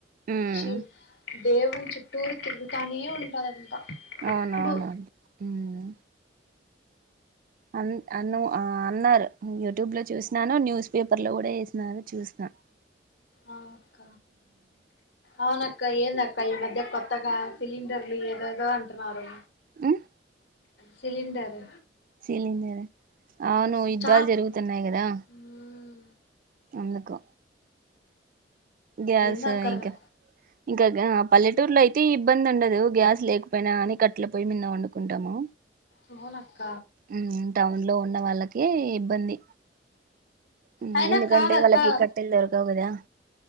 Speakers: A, on the right (about 50°); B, on the left (about 75°).
A: ఉమ్
B: శివ్ దేవుని చుట్టూరు తిరుగుతానే ఉంటదంట
A: అవునవును
B: ఇప్పుడు
A: హ్మ్ అన్ అన్నో ఆ అన్నారు మ్మ్ యూట్యూబ్ లో చూసినాను న్యూస్ పేపర్ లో కూడా ఏసినారు చూస్న్నా
B: ఆ అక్క అవ్నక్క క ఏందక్క ఈ మధ్య కొత్తగ సిలిండర్లు ఏదోదో అంటున్నారు
A: ఉమ్
B: సిలిండర్
A: సీలిండరూ అవును
B: స్టాప్
A: యుద్ధాలు జరుగుతున్నాయి కదా
B: హ్మ్.
A: అందుకు గ్యాస్
B: ఏందో అక్కర్రు
A: ఇంక ఇంక పల్లెటూర్లో అయితే ఇబ్బంది వుండదు గ్యాస్ లేకపోయినా గాని కట్టెల పోయ్యి మీద వండుకుంటాము
B: అవున అక్క
A: ఉమ్ టౌన్ లో ఉన్న వాళ్ళకి ఇబ్బంది ఉమ్
B: అయినా
A: ఎందుకంటే
B: కాదక్క
A: వాల్లకి కట్టెల్ దొరకవ్ కదా